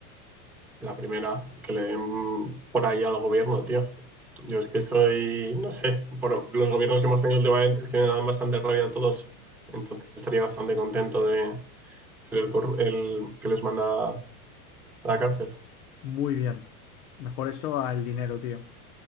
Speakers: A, in the centre; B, on the left.
A: La primera, que le den por ahí al gobierno, tío. Yo es que soy, no sé, por los gobiernos que hemos tenido últimamente es que me dan bastante rabia a todos. Entonces estaría bastante contento de ser el, corru- el que les manda a la cárcel.
B: Muy bien. Mejor eso al dinero, tío.